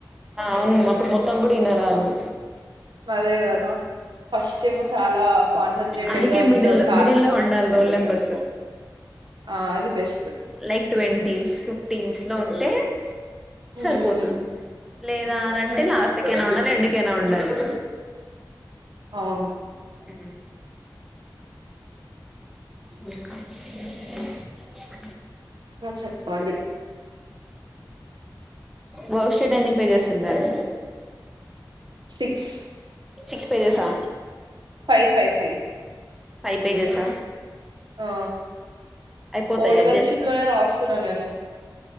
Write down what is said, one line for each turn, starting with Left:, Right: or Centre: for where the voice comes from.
Centre: అవును మొత్తం గుడ ఇనరాళ్లు
Right: అదే గదా ఫస్ట్ ఏమో చాలా కాన్సన్ట్రేటెడ్
Centre: అందుకే
Right: గా ఇంటర్
Centre: మిడిల్
Right: టార్గెట్
Centre: మిడిల్లో ఉండాలి రోల్ నెంబర్ అా
Right: ఆ అది బెస్ట్
Centre: లైక్ ట్వంటీస్ ఫిఫ్టీన్స్ లో ఉంటే సరిపోతుంది
Right: ఉమ్,
Centre: లేదా అనంటే లాస్ట్ కైనా ఉండాలి ఎండ్ కైనా ఉండాలి
Right: అవును
Centre: ఊ ఇకా <unintelligible>
Right: ఆ చెప్పాలి
Centre: వర్క్షేట్ ఎన్ని పే చేస్తున్నారు
Right: సిక్స్
Centre: సిక్స్ పేజెసా
Right: ఫై ఫై ఫై
Centre: ఫైవ్ పేజెసా
Right: ఆ
Centre: అయిపోతాయా
Right: ఓల్డ్ వర్షిప్ లోనే రాస్తున్నా నేను